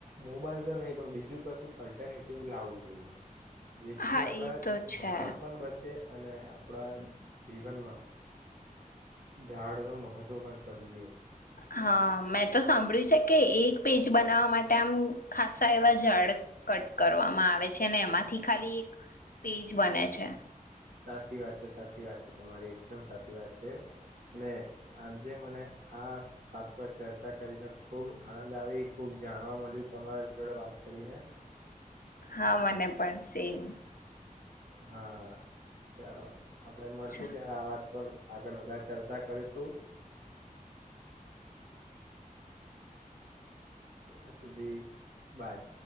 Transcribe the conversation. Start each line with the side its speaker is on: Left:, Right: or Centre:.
Right: મોબાઈલ તો નહી પણ બીજું કશું અલ્ટરનેટિવ લાવવું જોઈએ. જેથી
Left: હા
Right: આપડા
Left: એ તો છે
Right: ઝાડ પણ બચે અને આપણા જીવનમાં ઝાડ નું મહત્વ પણ સમજ
Left: હા મેં તો સાંભળ્યું છે કે એક પેજ બનાવવા માટે આમ ખાસા એવા ઝાડ કટ કરવામાં આવે છે એમાંથી ખાલી એક પેજ બને છે.
Right: સાચી વાત છે સાચી વાત છે તમારી એકદમ સાચી વાત છે ને આજે મને આ વાત પર ચર્ચા કરીને ખુબ આનંદ આવી ખુબ જાણવા મળ્યું તમારા જોડે વાત કરીને
Left: હા મને પણ સેમ.
Right: હા ચાલો. આપડે મળશુ
Left: અચ્છા
Right: ત્યારે આ વાત પર આગળ વધધા ચર્ચા કરીશું. તં સુધી બાય.